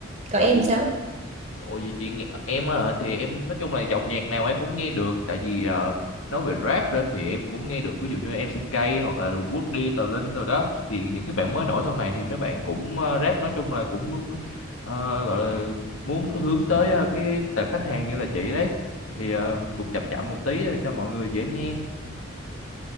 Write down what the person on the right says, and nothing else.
Còn em
sao?